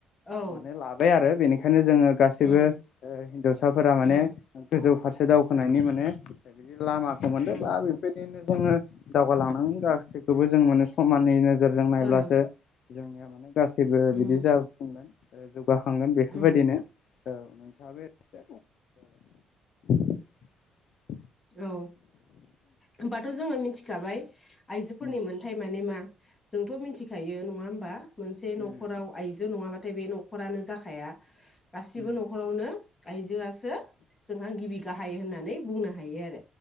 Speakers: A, on the left (about 25°); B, on the left (about 65°).
A: औ
B: माने लाबाय आरो बेनिखायनो जोङो गासैबो
A: उम
B: हिनजावसाफोरा माने
A: उम
B: गोजौ फारसे दावखोनायनि माने बिदि लामाखौ मोनदों
A: उम
B: बा बेबायदिनो जोङो । दावगालांनांगोन गासैखौबो जों माने समाननि नोजोरजों नायब्लासो
A: ओ
B: जोंनिया माने गासै जेबो बिदि
A: उम
B: जाफुंगोन जौगाखांगोन बेफोरबायदिनो
A: उम
B: औ नोंथाङाबो इसे <inaudible>
A: औ होमबाथ जोङो मिथिखाबाय। आइजोफोरनि
B: उम
A: मोन्थाय माने मा जोंथ' मिथिखायो नङा होमबा मोनसे नखराव
B: उम
A: आइजो नङाबा नाथाय बे नखरानो जाखाया गासिबो
B: उम
A: नखरावनो आइजो जोंहा गिबि गाहाय होननानै बुंनो हायो आरो